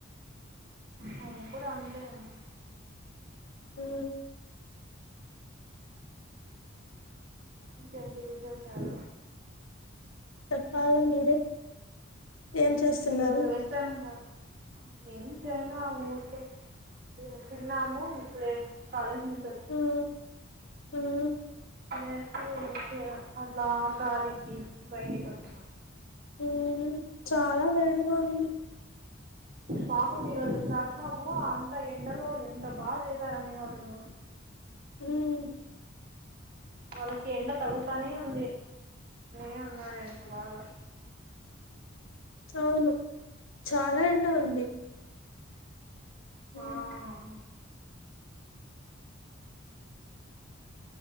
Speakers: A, on the right; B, on the left.
A: నేను కూడా అంతే అండి.
B: మ్.
A: ఇంకేంటి విశేషాలు
B: చెప్పాల మీరే. ఏం చేస్తున్నారు
A: ఈ రోజు వేస్తాను గా ఆ ఏం చేయల. ఊరికే తిన్నాము. ఇప్పుడే కాలేజ్ నుంచోచ్చి.
B: మ్మ్ మ్మ్
A: యాకే ఓకే. అట్లా గాలికి బయటికొచ్చా
B: ఉమ్ చాలా వేడిగా ఉంది.
A: పాపం ఈ రోజు చష్మాబు అంత ఎండలో ఎంత బాగా చేశారని వాళ్ళు
B: ఉమ్.
A: వాళ్ళకి ఎండ తగుల్తానే ఉంది. అని అన్నారంట బాగ
B: అవును. చాలా ఎండ ఉంది. మ్మ్
A: ఆ ఆ